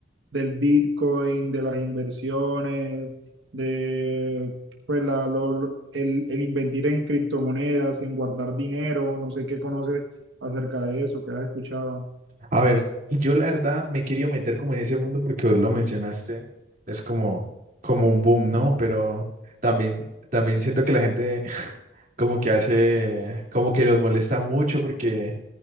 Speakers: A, on the right; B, on the right.
A: del Bitcoin, de las inversiones, de pues la, lo- lo- el, el invertir en criptomonedas, en guardar dinero, no sé qué conoces acerca de eso, qué has escuchado.
B: A ver, yo la verdad me he querido meter como en ese mundo porque vos lo mencionaste, es como, como un boom, ¿no? Pero también, también siento que la gente <laughs> como que hace, como que los molesta mucho porque